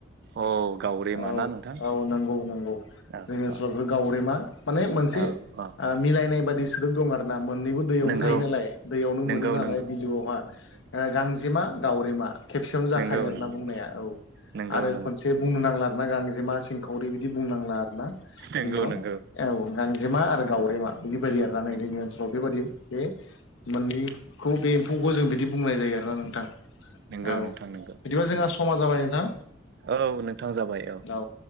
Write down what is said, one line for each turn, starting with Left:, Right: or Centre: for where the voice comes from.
Right: औ गावरेमा
Left: औ
Right: ना नोंथां
Left: औ नंगौ नंगौ।
Right: औ
Left: जोंनि ओनसोलाव
Right: औ
Left: बे गावरेमा माने मोनसे
Right: औ औ
Left: ओ मिलायनाय बादि सोदोब दं आरो ना मोननैबो दैयावनो
Right: नंगौ
Left: थायो नालाय दैयावनो
Right: नंगौ
Left: मोनो नालाय
Right: नंगौ
Left: बिबोआवहा। ओ
Right: नंगौ
Left: गांजेमा गावरेमा खेबसेयावनो जाखायो
Right: नंगौ
Left: आरो
Right: नंगौ
Left: ना बुंनाया औ
Right: नंगौ
Left: आरो
Right: नंगौ
Left: खनसे बुंनो नांला आरो ना गांजेमा सिंखावरि बिदि बुंनांला आरोना
Right: नंगौ
Left: जोंनियाव
Right: नंगौ
Left: औ गांजे जेमा आरो गावरेमा बिदि बायदि आरोना नै
Right: नंगौ
Left: जोंनि ओनसोलाव औ बेबादि बे मोननैखौ बे एम्फौखौ जों बिदि बुंनाय जायो आरोना नोंथां।
Right: नंगौ
Left: औ
Right: नोंथां नंगौ
Left: बिदिबा जोंहा
Right: नंगौ
Left: समा जाबाय नोंथां
Right: औ नोंथां जाबाय
Left: औ।